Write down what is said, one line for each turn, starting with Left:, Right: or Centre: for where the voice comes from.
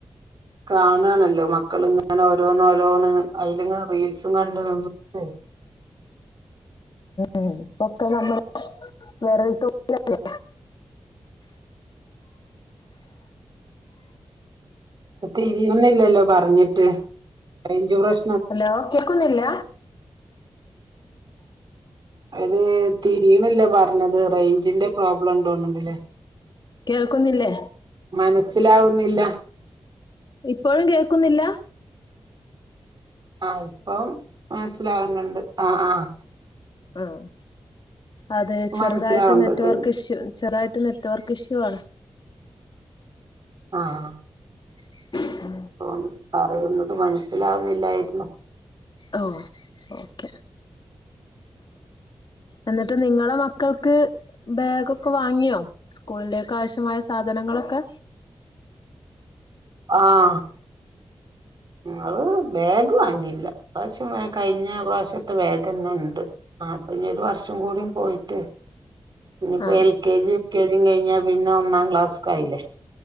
Right: കാണാണല്ലോ മക്കളിങ്ങനെ ഓരോന്ന് ഓരോന്ന് അയ്ലിങ്ങനെ റീൽസും കണ്ട് <unintelligible>
Left: ഉം ഇപ്പൊക്കെ നമ്മള് വിരൽത്തുമ്പിലല്ലേ
Right: തിരിയുന്നില്ലല്ലോ പറഞ്ഞിട്ട് റയ്ഞ്ച് പ്രശ്
Left: ഹലോ കേക്കുന്നില്ല
Right: അത് തിരിയ്ണില്ല പറഞ്ഞത്. റേഞ്ചിന്റെ പ്രോബ്ലം ഉണ്ടോണ് ണ്ട്ല്ലേ
Left: കേൾക്കുന്നില്ലേ
Right: മനസ്സിലാവുന്നില്ല
Left: ഇപ്പോഴും കേൾക്കുന്നില്ല
Right: ആഹ് ഇപ്പം മനസിലാവുന്നുണ്ട് ആഹ് ആഹ്
Left: ആഹ് അത് ചെറുതായിട്ട്
Right: മനസ്സിലാവുണ്ട്
Left: നെറ്റ്
Right: ഇതിന്
Left: വർക്ക് ഇഷ്യൂ ചെറുതായിട്ട് നെറ്റ് വർക്ക് ഇഷ്യൂ ആണ്
Right: ആഹ്
Left: <inaudible>
Right: <unintelligible> പറയുന്നത് മനസ്സിലാവുന്നില്ലായിരുന്നു
Left: ഓ ഓക്കെ എന്നിട്ട് നിങ്ങളെ മക്കൾക്ക് ബാഗൊക്കെ വാങ്ങിയോ സ്കൂളിലേക്കാവശ്യമായ സാധനങ്ങളൊ ക്കെ
Right: ആഹ് ഞങ്ങള് ബാഗ് വാങ്ങിയില്ല. ഇപ്രാവശ്യം കഴിഞ്ഞ പ്രാവശ്യത്തെ ബേഗെന്നെ ഇണ്ട് ആ അപ്പൊ ഇനിയൊരു വർഷം കൂടി പോയിട്ട് ഇനിയിപ്പോ
Left: ആഹ്
Right: L K G U K G കഴിഞ്ഞാ പിന്നെ ഒന്നാം ക്ലാസ്ക്കായില്ലേ